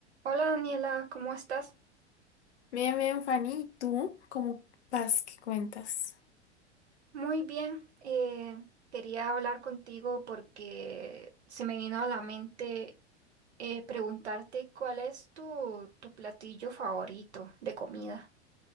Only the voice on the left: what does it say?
Bien, bien, Fanny, ¿y tú cómo vas? ¿Qué cuentas?